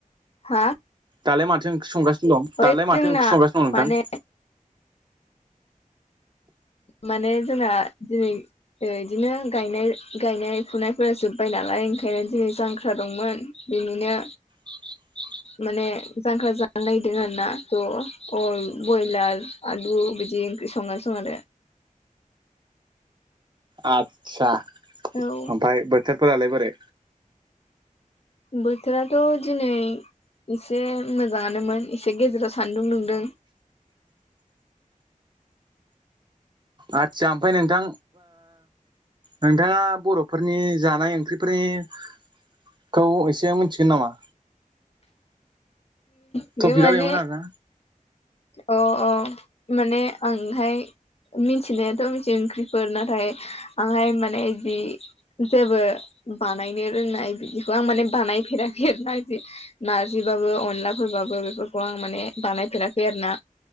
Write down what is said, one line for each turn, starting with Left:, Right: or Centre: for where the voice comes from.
Left: हा
Right: दालाय माथो ओंख्रि संगासिनो दं
Left: ओइ
Right: दालाय माथो
Left: जोंना
Right: ओंख्रि संगासिनो दं नोंथां?
Left: माने माने जोंना दिनै बिदिनो गायनाय फुनायफोरा जोब्बाय नालाय ओंखायनो दिनै जांख्रा दंमोन। बेनिनो
Right: <inaudible>
Left: माने जांख्रा जान नायदों आरोना थ' अय बयलार आलु बिदि ओंख्रि संनानै सं आरो
Right: आस्सा ओमफफ्राय
Left: आरो औ
Right: बोथोरफोरालाय बोरै
Left: बोथोराथ' दिनै एसे मोजाङानोमोन एसे गेजेराव सान्दुं दुंदों
Right: आदसा ओमफफ्राय नोंथां नोंथाङा बर' फोरफोरनि जानाय ओंख्रिनिखौ एसे मिथिगोन नामा
Left: बि
Right: टपिकआ
Left: माने
Right: बेमोन आरोना
Left: अ अ माने आंहाय मिथिनायाथ' मिथि ओंख्रिफोर नाथाय आंहाय माने जि जेबो बानायनो रोंनाय बिदिखौ आं माने बानायफेराखै आरो नाखि आदि नार्जिबाबो अनलाफोरबाबो बेफोरखौ आं माने बानायफेराखै बेनाा